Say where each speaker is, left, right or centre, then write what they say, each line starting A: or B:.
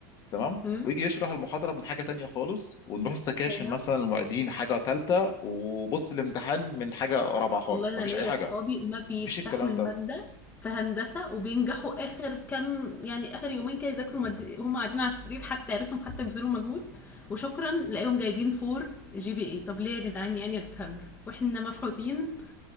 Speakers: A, on the left; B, on the left.
A: تمام
B: امم
A: ويجي يشرح المحاضره من حاجه تانية خالص ونروح السكاشن
B: ايوه
A: مثلا المعيدين حاجه ثالثه وبص الامتحان من حاجه رابعه خالص
B: والله انا
A: ما فيش
B: ليا
A: اي حاجه
B: اصحابي
A: ما
B: ما بيفتحوا
A: فيش الكلام
B: المادة
A: ده
B: في هندسة وبينجحوا اخر كام يعني اخر يومين كده يذاكروا مد... هم قاعدين على السرير حتى يا ريتهم حتى بيبذلوا مجهود وشكرا لاقيهم جايبين فور جي بي اي طب ليه يا جدعان يعني ما تفهمش واحنا مفحوطين